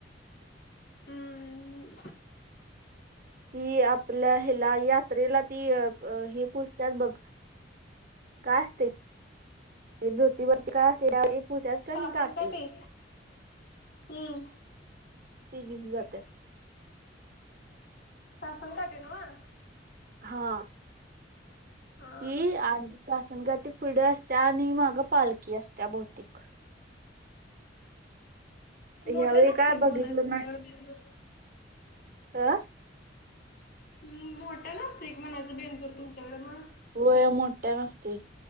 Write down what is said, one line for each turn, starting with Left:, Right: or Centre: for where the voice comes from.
Left: हम्म.
Right: ती आपल्या हेला यात्रेला ती हे पुजत्यात बघ. काय असते. ती जोतिबा ची काय असलेल्यावर ते पुजतात कणी
Left: सासनकाठी
Right: नाही काटी.
Left: हम्म.
Right: ते घेऊन जात्यात.
Left: सासन काटी नव्हं.
Right: हा.
Left: हा
Right: ती
Left: हा
Right: आणि सासन काठी पुढं असत्या, आणि माग पालखी असत्या बहुतेक. ह्यावेळी
Left: मोठं नसतंय
Right: काय
Left: की म्हणायचं
Right: बघितलो
Left: तुमच्याकडे
Right: नाय
Left: बेंदूर?
Right: अ.
Left: ह् मोठ्यानं असतंय की म्हणायचं, बेंदुर तुमच्याकडे मग.
Right: होय मोठ्यानं असतंय.